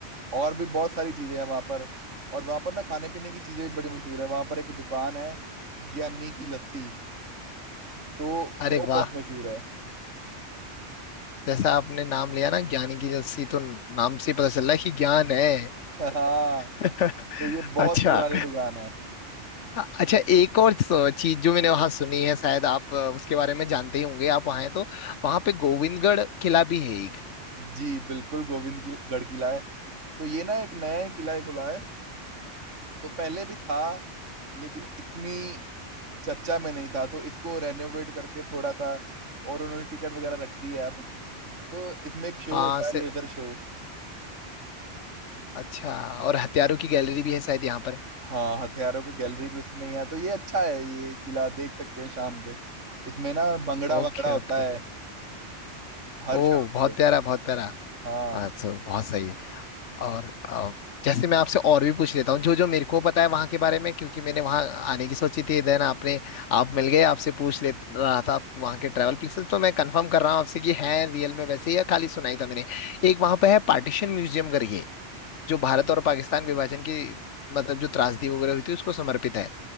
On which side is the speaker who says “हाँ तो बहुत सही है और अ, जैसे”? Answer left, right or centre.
Left